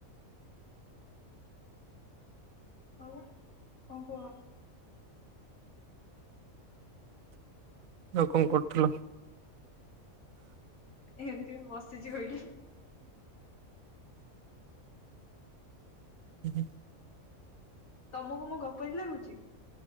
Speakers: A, on the left (about 75°); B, on the right (about 75°).
A: ଆଉ କଣ କୁହ?
B: ଆଉ କଣ କରୁଥିଲ?
A: ଏମିତି ବସିଛି କହିଲି।
B: ହୁଁ ହୁ।
A: ତମକୁ ମୁଁ ଗପ ବି ଲାଗୁଛି।